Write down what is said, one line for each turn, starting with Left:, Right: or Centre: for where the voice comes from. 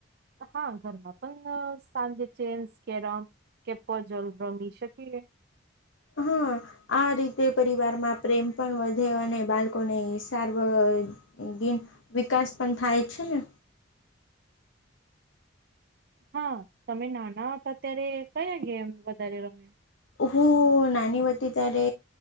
Right: હા, ઘરમાં પણ સાંજે ચેન્સ કેરમ કેપ જલ રમી શકીએ,
Left: હા આ રીતે પરિવારમાં પ્રેમ પણ વધે અને બાળકોને સારવ દિન વિકાસ પણ થાય છે ને.
Right: હા, તમે નાના હતા ત્યારે કયા ગેમ વધારે રમ્યા?
Left: ઉહું નાની વાટી ત્યારે